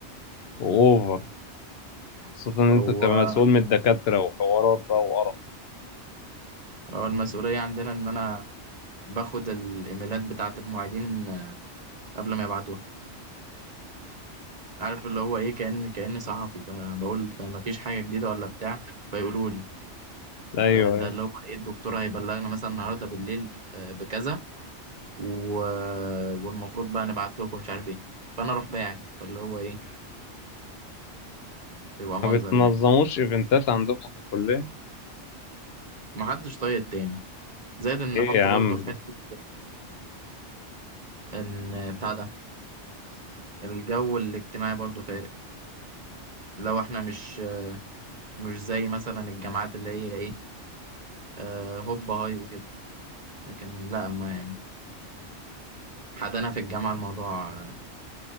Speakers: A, on the left (about 65°); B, on the right (about 35°).
A: واوفر خاصة ان انت
B: هو
A: بتبقى مسؤول من الدكاترة وحوارات بقى وقرف
B: هو المسؤوليه عندنا ان انا باخد الايميلات بتاعه المعيدين آه، قبل ما يبعتوها عارف اللي هو ايه كأن كأن صحفي ب- بقول طيب ما فيش حاجه جديده ولا بتاع فيقولوا لي
A: ايوه
B: آه، ده
A: ايوه
B: اللي هو ايه الدكتور هيبلغنا مثلا النهارده بالليل آه، بكذا و... والمفروض بقى نبعت لكم مش عارف ايه فانا اروح باعت فاللي هو ايه يبقى منظر
A: ما بتنظموش
B: يعني
A: ايفنتات عندكم في الكلية
B: محدش طايق التاني زائد ان
A: ايه
B: نحط
A: يا عم
B: برضه في
A: ده؟
B: حتة ان بتاع ده الجو الاجتماعي برضه فارق لو احنا مش مش زي مثلا الجامعات اللي هي ايه آه هوب هاي وكده لكن لا ما يعني حدنا في الجامعة الموضوع